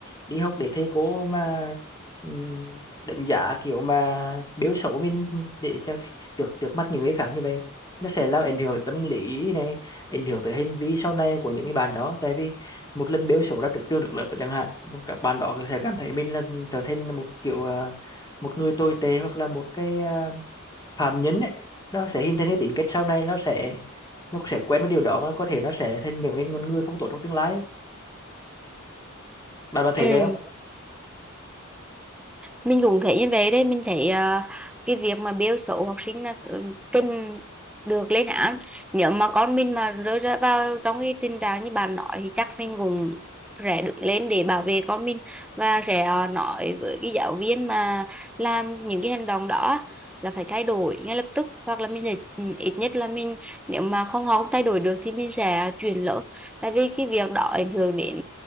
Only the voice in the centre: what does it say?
ừ
mình cũng thấy như vậy đấy mình thấy ờ, cái việc mà biêu xấu học sinh là ừ, cần được lên án nếu mà con mình mà rơi ra vào trong cái tình trạng như bạn nói thì chắc mình cũng sẽ đứng lên để bảo vệ con mình và sẽ ờ, nói với cái giáo viên mà làm những cái hành động đó là phải thay đổi ngay lập tức hoặc là mình sẽ ừ, ít nhất là mình nếu mà không họ không thay đổi được thì mình sẽ chuyển lớp tại vì cái việc đó ảnh hưởng đến